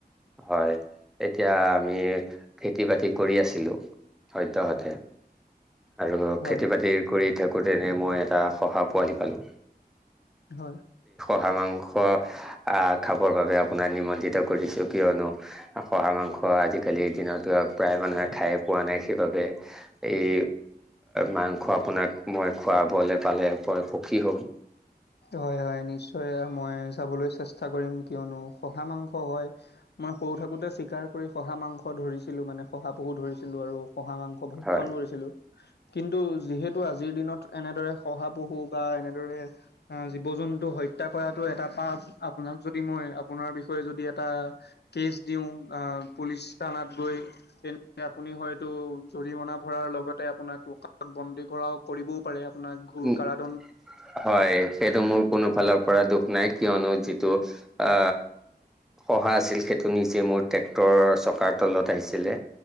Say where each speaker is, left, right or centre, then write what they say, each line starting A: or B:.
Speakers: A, in the centre; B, on the left.
A: হয় এতিয়া আমি খেতি বাতি কৰি আছিলোঁ সদ্যহতে। আৰু
B: হয়
A: খেতি বাতি কৰি থাকোঁতেনে মই এটা শহা পোৱালি পালোঁ।
B: হয়।
A: শহাৰ মাংস খাবৰ বাবে আপোনক নিমন্ত্ৰীতকৰিছো কিয়নো হহা মা খোৱা আজিকালিৰ দিনতো প্ৰায় মানুহে খায় পোৱা নাই সেইবাবে এই। মাংস আপোনাক মই খুৱাবলৈ পালে। সুখী হ'ম
B: হয় হয় নিশ্চয় যাম। মই যাবলৈ চেষ্টা কৰিম কিয়নো শহা মাংস হয় মই সৰু থাকোতে চিকাৰ কৰি। শহা মাংস ধৰিছিলোঁ মানে শহাপহু ধৰিছিলোঁ আৰু। শহা মাংস ভক্ষণ
A: হয়
B: কৰিছিলো কিন্তু যিহেতু আজিৰ দিনত এনেদৰে শহা পহু বা এনেদৰে জীৱ জন্তু হত্যা কৰাটো এটা পাঠ আপোনাক যদি মই আপোনাৰ বিষয়ে যদি এটা কেছ। দিওঁ পুলিচ থানাত গৈ। তেন্তে আপুনি হয়তো জৰিমনা ভৰাৰ লগতে আপোনাক লকাপত বন্দী কৰাও কৰিবও পাৰে। আপোনাক ঘুৰ
A: উম,
B: কাৰত
A: হয় সেইটো মোৰ কোনো ফালৰ পৰা দুখ নাই। কিয়নো যিটো উ সহ আছিল সেইটো নিজে মোৰ ট্ৰেক্টৰ। তলত আহিছিলে।